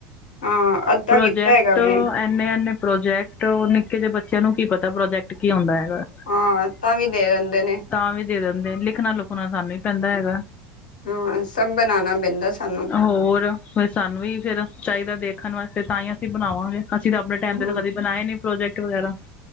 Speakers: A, on the left; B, on the left.
A: ਹਾਂ- ਅੱਧਾ
B: ਪ੍ਰੋਜੈਕਟ
A: ਕੀਤਾ ਹੈਗਾ
B: ਅੇ-
A: ਮੈਂ
B: ਇਨੇ-ਇਨੇ ਪ੍ਰੋਜੈਕਟ ਨਿੱਕੇ ਜਿਹੇ ਬੱਚਿਆਂ ਨੂੰ ਕੀ ਪਤਾ ਪ੍ਰੋਜੈਕਟ ਕੀ ਹੁੰਦਾ ਹੈਗਾ।
A: ਹਾਂ ਤਾਂ ਵੀ ਦੇ ਦਿੰਦੇ ਨੇ।
B: ਤਾਂ ਵੀ ਦੇ ਦਿੰਦੇ ਲਿਖਣਾ-ਲੁਖਣਾ ਸਾਨੂੰ ਹੀ ਪੈਂਦਾ ਹੈਗਾ।
A: ਹਾਂ ਸਭ ਬਣਾਣਾ ਪੈਂਦਾ ਸਾਨੂੰ।
B: ਹੋਰ ਫਿਰ ਸਾਨੂੰ ਵੀ ਫੇਰ ਚਾਹੀਦਾ ਦੇਖਣ ਵਾਸਤੇ ਤਾਂ ਹੀ ਅਸੀਂ ਬਣਾਵਾਂਗੇ ਅਸੀਂ ਤਾਂ ਆਪਣੇ ਟਾਈਮ
A: ਹਮ,
B: ਤੇ ਤਾਂ ਕਦੀ- ਬਣਾਏ ਨੀ ਪ੍ਰੋਜੈਕਟ ਵਗੈਰਾ।